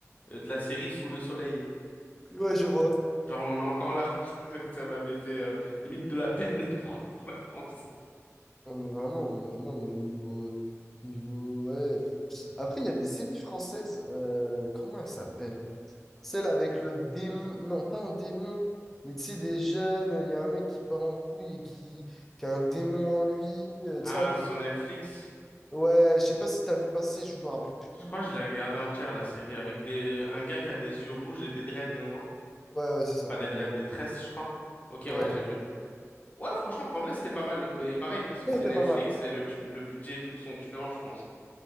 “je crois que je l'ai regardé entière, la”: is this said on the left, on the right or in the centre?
Left